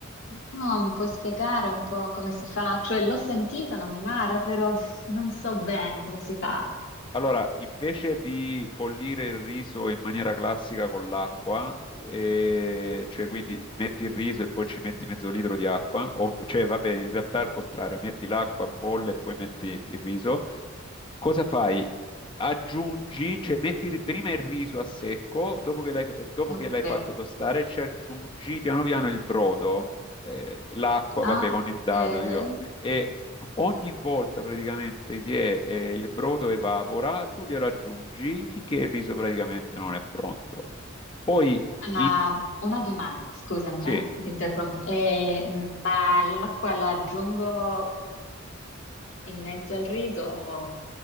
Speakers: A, on the left; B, on the left.
A: No, mi puoi spiegare un po' come si fa? Cioè, l'ho sentito nominare, però pff, non so bene come si fa.
B: Allora, invece di bollire il riso in maniera classica con l'acqua, eh, cioè quindi metti il riso e poi ci metti mezzo litro di acqua, o, cioè vabbè, in realtà è al contrario, metti l'acqua, bolle e poi metti il riso, cosa fai? Aggiungi, cioè metti il- prima il riso a secco, dopo che l'hai dopo
A: Ok.
B: che l'hai fatto tostare, ci aggiungi piano piano il brodo, eh, l'acqua,
A: Ah,
B: vabbè, con il dado
A: ok.
B: io, e Ogni volta praticamente che eh, il brodo evapora, tu glielo aggiungi finché il riso praticamente non è pronto. Poi,
A: Ah,
B: i-
A: una domanda, scusami,
B: sì,
A: eh, ti interrompo. Eh, ma l'acqua la aggiungo in mezzo al riso? o-